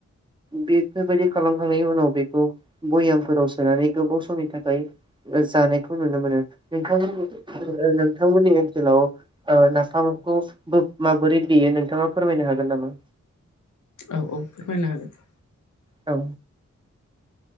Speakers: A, on the right; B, on the left.
A: बेफोरबायदि खालामखांनायनि उनाव बेखौ भयामफोराव सोनानै गोबाव समनि थाखाय जानायखौ नुनो मोनो। नोंथां नोंथांमोननि ओनसोलाव नाफामखौ माबोरै देयो नोंथाङा फोरमायनो हागोन नामा?
B: औ औ फोरमायनो हागोन
A: औ